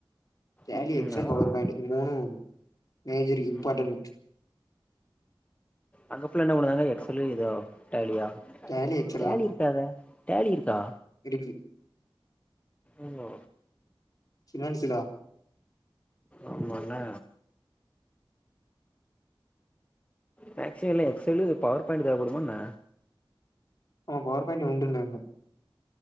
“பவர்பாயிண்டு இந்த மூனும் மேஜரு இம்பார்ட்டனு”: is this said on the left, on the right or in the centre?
Left